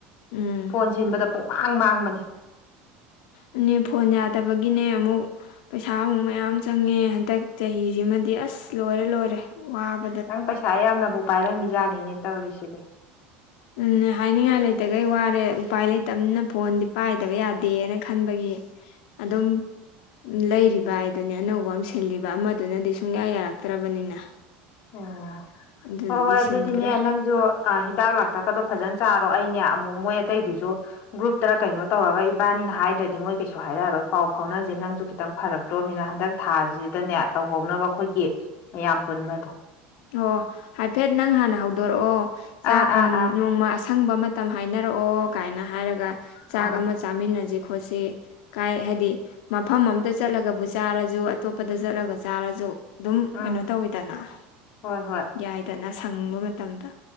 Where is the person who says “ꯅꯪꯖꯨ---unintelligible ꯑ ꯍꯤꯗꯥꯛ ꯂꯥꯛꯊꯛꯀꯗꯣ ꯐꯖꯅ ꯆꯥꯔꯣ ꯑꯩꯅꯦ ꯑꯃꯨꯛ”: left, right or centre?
Left